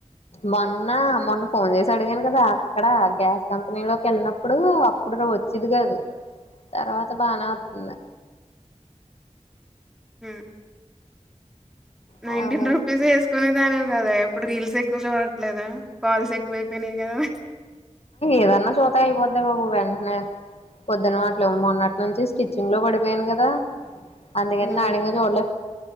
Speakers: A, on the left; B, in the centre.
A: మొన్న మొన్న ఫోన్ చేసి అడిగాను కదా అక్కడ గ్యాస్ కంపెనీ లోకి వెళ్ళినప్పుడు అప్పుడును వచ్చిది కాదు తర్వాత బానే వస్తంది
B: ఉమ్ నైన్టీన్
A: ఆ
B: రుపీస్ వేసుకునే దాని కదా ఇప్పుడు రీల్స్ ఎక్కువ చూడట్లేదా కాల్స్ ఎక్కువయిపోయినాయి కదా
A: ఏదన్నా చుతే అయిపోదె బాబు వెంటనే పొద్దున అట్లు మొన్నటి నుంచి స్టిచ్చింగ్ లో పడిపోయాను కదా అందిగినే
B: హ్మ్.
A: నాడింగె చూడలే